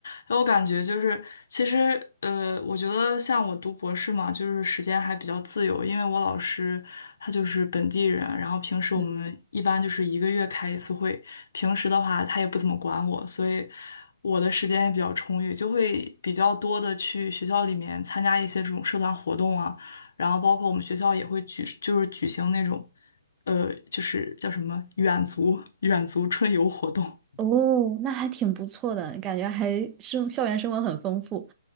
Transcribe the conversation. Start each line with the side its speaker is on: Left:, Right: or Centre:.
Left: 然后我感觉就是，其实呃，我觉得像我读博士嘛，就是时间还比较自由，因为我老师他就是本地人，然后平时我们一般就是一个月开一次会，
Right: 嗯，
Left: 平时的话他也不怎么管我，所以我的时间也比较充裕，就会比较多的去学校里面参加一些这种社团活动啊，然后包括我们学校也会举，就是举行那种，呃，就是叫什么远足远足春游活动。<laughs>
Right: 哦，那还挺不错的，感觉还生校园生活很丰富。